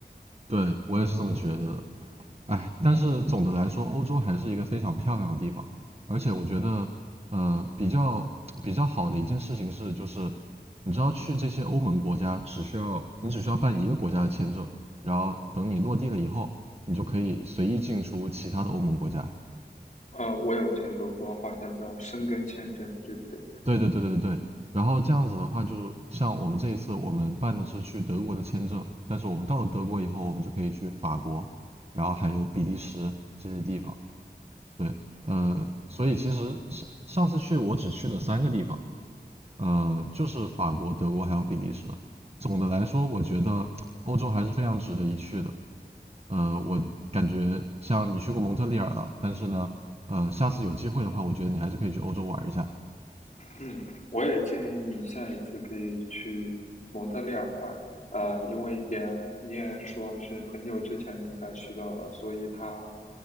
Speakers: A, on the right; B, on the left.
A: 对我也是这么觉得的。哎，但是总的来说，欧洲还是一个非常漂亮的地方，而且我觉得，呃，比较比较好的一件事情是，就是你知道去这些欧盟国家，只需要你只需要办一个国家的签证，然后等你落地了以后，你就可以随意进出其他的欧盟国家。
B: 呃，我有听说过，好像叫申根签证，对不对？
A: 对对对对对。然后这样子的话，就是像我们这一次，我们办的是去德国的签证，但是我们到了德国以后，我们就可以去法国，然后还有比利时这些地方。对，呃，所以其实上上次去我只去了三个地方，呃，就是法国、德国还有比利时。总的来说，我觉得欧洲还是非常值得一去的。呃，我感觉像你去过蒙特利尔了，但是呢，呃，下次有机会的话，我觉得你还是可以去欧洲玩一下。
B: 嗯，我也建议你下一次可以去蒙特利尔玩，啊、因为也你也说是很久之前你才去到了，所以它，